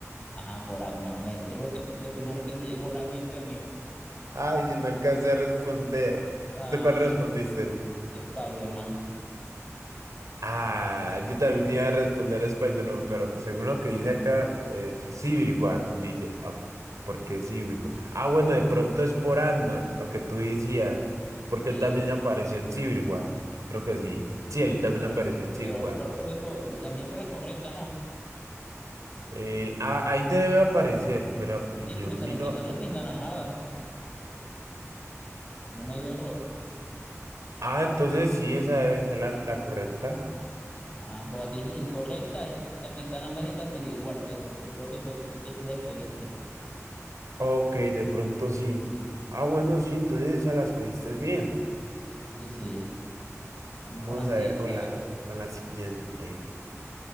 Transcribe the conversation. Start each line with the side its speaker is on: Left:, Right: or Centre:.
Left: Ajá, por Ackman. Me, eso fue lo que, lo primero que me llegó a la mente a mí.
Right: Ay, yo no alcancé a responder.
Left: Ah,
Right: ¿Tú cuál respondiste?
Left: Spider-Man.
Right: Ah, yo también iba a responder Spider-Man, pero según lo que dice acá, eh, Civil War, dice. Ah, ¿por qué Civil War? Ah, bueno, de pronto es por Ant-Man, lo que tú decías, porque
Left: Sí.
Right: él también apareció en Civil War. Creo que sí. Sí, él también
Left: Pero,
Right: apareció en Civil
Left: pero
Right: War.
Left: ¿cuál fue? co- La mía fue la correcta, ¿no?
Right: Eh, ah, ahí te debe aparecer, pero yo
Left: Sí, me
Right: miro.
Left: sale, me sale mi naranjada. No me dio error.
Right: Ah, entonces sí, esa debe ser la, la correcta.
Left: Ajá, por aquí incorrecta es Capitán América Civil War, no sé, qué- creo que fue que tú que tú la escogiste.
Right: Ok, de pronto sí. Ah, bueno, sí, entonces esa las cogiste bien.
Left: Sí, sí. Vamos
Right: Vamos
Left: con la siguiente,
Right: a ver con
Left: a
Right: la,
Left: ver.
Right: con la siguiente.